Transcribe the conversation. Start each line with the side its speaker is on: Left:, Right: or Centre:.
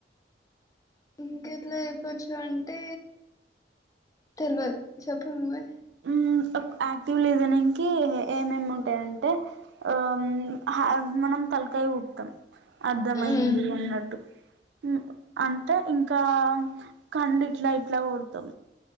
Left: ఇంకెట్లా యెప్పచ్చు అంటే, తెలువద్ చెప్పు నువ్వే.
Right: ఉమ్ ఓక్ అక్టివ్ లిజనింకి, ఏమేమ్ ఏమేమ్ ఉంటాయంటే, ఆమ్ హమ్ మనం తలకాయ ఊపుతాం. అర్థమయింది
Left: మ్మ్
Right: అన్నట్టు. ఉమ్ అంటే ఇంకా, కన్లు ఇట్లా ఇట్లా కొడతాం.